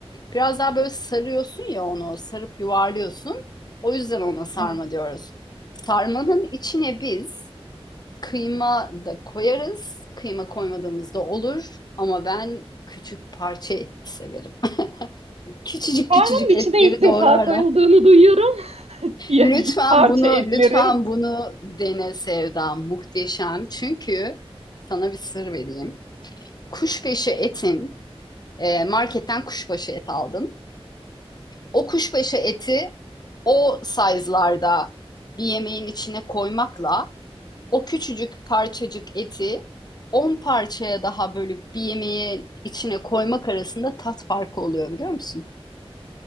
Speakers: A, on the left (about 40°); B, on the right (about 85°).
A: biraz daha böyle sarıyorsun ya onu, sarıp yuvarlıyorsun. O yüzden ona sarma
B: Evet.
A: diyoruz. Sarmanın içine biz Kıyma da koyarız. Kıyma koymadığımız da olur. Ama ben küçük parça et severim. <laughs> Küçücük
B: Karnın
A: küçücük etleri
B: içine ilk
A: doğrarlar.
B: defa koyulduğunu duyuyorum. <laughs> Ya-
A: Lütfen
B: Parça
A: bunu,
B: etlerin.
A: lütfen bunu dene Sevda. Muhteşem. Çünkü sana bir sır vereyim. Kuşbaşı etin, e, marketten kuşbaşı et aldın. O kuşbaşı eti o size'larda bir yemeğin içine koymakla o küçücük parçacık eti 10 parçaya daha bölüp bir yemeğe içine koymak arasında tat farkı oluyor biliyor musun?